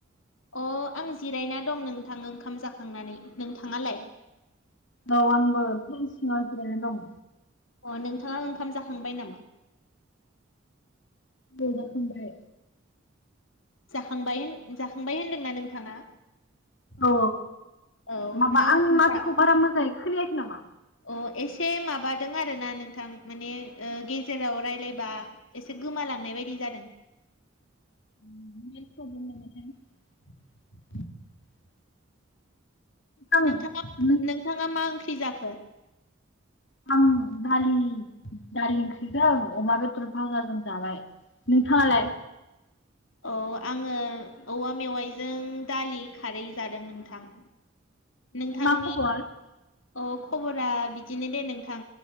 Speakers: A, on the left (about 80°); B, on the left (about 60°).
A: अ आं जिरायना दं नोंथां ओंखाम जाखांनानै नोंथाङालाय
B: औ आंबो बिफां सिंआव जिरायनानै दं
A: अ नोंथाङा ओंखाम जाखांबाय नामा
B: औ जाखांबाय
A: जाखांबाय होन जाखांबाय होनदोंना नोंथाङा
B: औ
A: औ
B: माबा
A: मा ओंख्रि
B: आं माथोखौ
A: जा
B: बारा मोजाङै खोनायाखै नामा
A: अ एसे माबादों आरो ना नोंथां माने ओ गेजेराव रायलायबा एसे गोमा लांनाय बायदि जादों
B: <unintelligible> आं
A: नोंथाङा नोंथाङा मा ओंख्रि जाखो
B: आं दालि दालि ओंख्रिजों अमा बेदर भाजाजों जाबाय। नोंथाङालाय
A: औ आङो औवा मेवाइजों दालि खारै जादों नोंथां नोंथांनि
B: मा खबर
A: अ खबरा बिदिनो दे नोंथां